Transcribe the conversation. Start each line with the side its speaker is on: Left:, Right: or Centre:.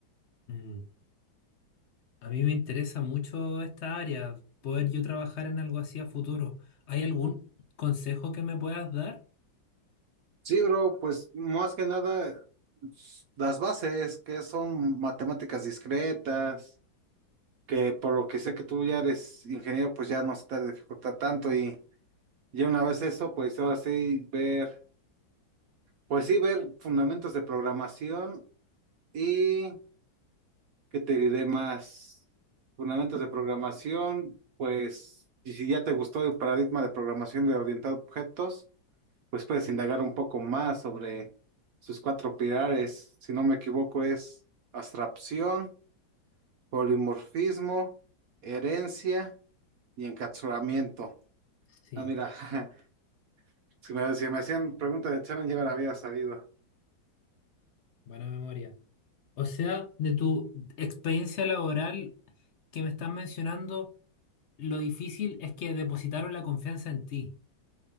Left: Mm, A mí me interesa mucho esta área, poder yo trabajar en algo así a futuro. ¿Hay algún consejo que me puedas dar?
Right: Sí, bro, pues más que nada s- las bases, que son matemáticas discretas, que por lo que sé que tú ya eres ingeniero, pues ya no se te dificulta tanto y ya una vez eso, pues ahora sí ver, pues sí ver fundamentos de programación y que te diré más fundamentos de programación, pues y si ya te gustó el paradigma de programación de orientado a objetos. pues puedes indagar un poco más sobre sus cuatro pilares. Si no me equivoco, es abstracción, polimorfismo, herencia y encapsulamiento.
Left: Sí,
Right: Ah, mira, <laughs> si me, si me hacían preguntas de examen, ya me la había sabido.
Left: buena memoria. O sea, de tu experiencia laboral. que me estás mencionando, lo difícil es que depositaron la confianza en ti.